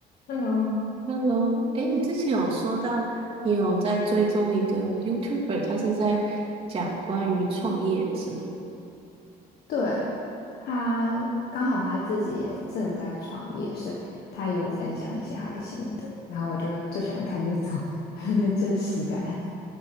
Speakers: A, on the left; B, on the right.
A: Hello，
B: Hello，哎，你之前有说到你有在追踪一个 YouTuber，他是在讲关于创业的是吗？
A: 对，他刚好他自己也正在创业，所以他也有分享一些他的心得。然后我就最喜欢看这种 <laughs> 真实的案。